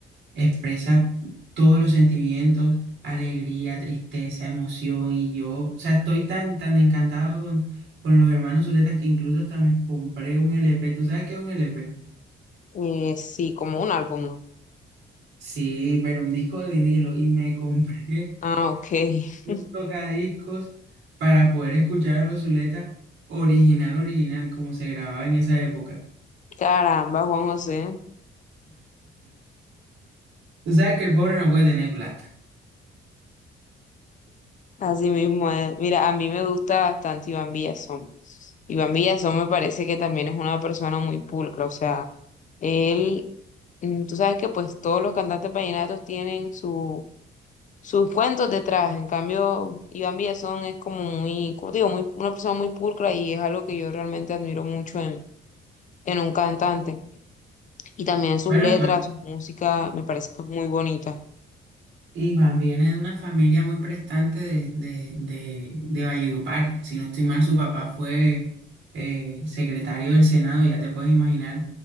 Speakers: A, on the right (about 75°); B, on the left (about 40°).
A: expresa todos los sentimientos, alegría, tristeza, emoción, y yo, o sea, estoy tan, tan encantado con, con los hermanos Zuletas que incluso hasta me compré un LP, ¿tú sabes qué es un LP?
B: Eh, sí, como un álbum, ¿no?
A: Sí, pero un disco de vinilo y me compré
B: Ah, ok.
A: <laughs> un
B: <laughs>
A: tocadiscos para poder escuchar a los Zuleta original, original, como se grababa en esa época.
B: Caramba, Juan José.
A: Tú sabes que el pobre no puede tener plata.
B: Así mismo es. Mira, a mí me gusta bastante Iván Villazón. Iván Villazón me parece que también es una persona muy pulcra. O sea, él, mm, tú sabes que pues todos los cantantes vallenatos tienen su Sus cuentos detrás, en cambio, Iván Villazón es como muy, como te digo, muy, una persona muy pulcra y es algo que yo realmente admiro mucho en, en un cantante. Y también sus
A: Bueno,
B: letras, su música, me parece que es muy bonita.
A: Iván viene de una familia muy prestante de, de, de, de Valledupar. Si no estoy mal, su papá fue eh, secretario del Senado. Ya te puedes imaginar